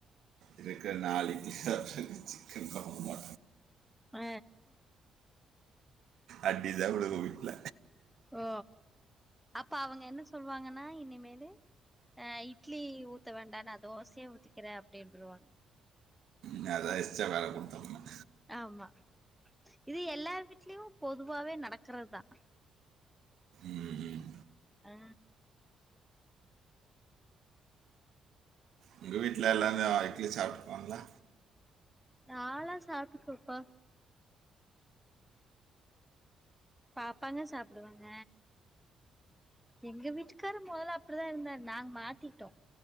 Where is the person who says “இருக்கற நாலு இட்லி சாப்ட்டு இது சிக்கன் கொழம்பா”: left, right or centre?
Right